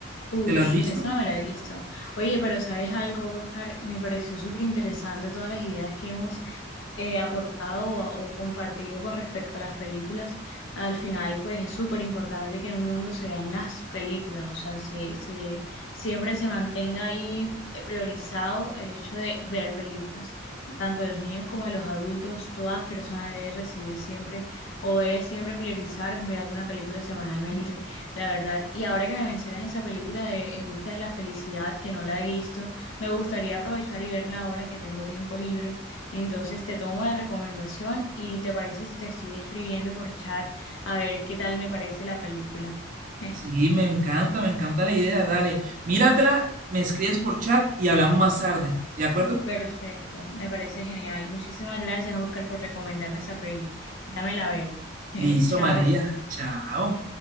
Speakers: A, on the left; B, on the right.
A: Ush,
B: ¿te la has visto?
A: eso no me lo he visto. Oye, pero ¿sabes algo, Oscar? Me pareció súper interesante todas las ideas que hemos eh, aportado o, o compartido con respecto a las películas. Al final, pues es súper importante que en un mundo se vean las películas, o sea, se, se, siempre se mantenga ahí priorizado el hecho de ver películas, tanto de los niños como de los adultos. Todas personas deben recibir siempre o debe siempre priorizar ver alguna película semanalmente. La verdad, y ahora que me mencionas esa película de En busca de la felicidad, que no la he visto, me gustaría aprovechar y verla ahora que tengo tiempo libre. Entonces te tomo la recomendación y te parece si te estoy escribiendo por chat a ver qué tal me parece la película. <laughs>
B: Sí, me encanta, me encanta la idea, dale, míratela, me escribes por chat y hablamos más tarde, ¿de acuerdo?
A: Perfecto, me parece genial. Muchísimas gracias, Oscar, por recomendarme esa peli. Dame la veo. <laughs>
B: Listo,
A: Chao.
B: María, chao.